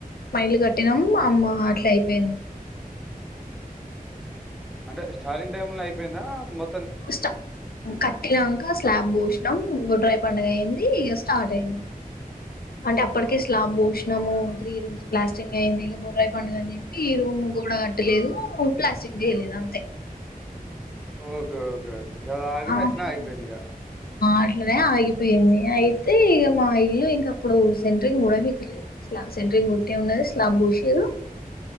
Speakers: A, on the left; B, in the centre.
A: మాఇళ్లు కట్టీనం అమ్మ అట్లా అయిపోయింది
B: అంటే స్టార్టింగ్ టైమ్ లో అయిపోయిందా మొ
A: స్టా కట్టినంక స్లాబ్ బూష్ నం బొడ్రాయి పండుగ అయింది ఇక స్టార్ట్ అయింది అంటే అప్పడికే
B: అవును
A: కే స్లాబ్ బూష్ నము త్రీ రూమ్స్ ప్లాస్టింగ్ అయింది ఇక బొడ్రాయ్ పండుగ అని చెప్పి ఈ రూమ్ గోడ కట్టలేదు ప్లాస్టింగ్ చేయలేదు అంతే
B: ఓకే ఓకే ఓకే
A: <unintelligible>
B: అది ఆగింది
A: ఆ ఆడియో
B: అట్నే అయిపోయింది ఇక
A: అట్లానే ఆగిపోయింది. అయితే ఇక మా ఇల్లు ఇంకప్పుడు సెంట్రింగ్ కూడా ఉడాబికలేదు. స్లాబ్ సెంట్రింగ్ కొట్టే ఉన్నది. స్లాబ్ పోషిండ్రు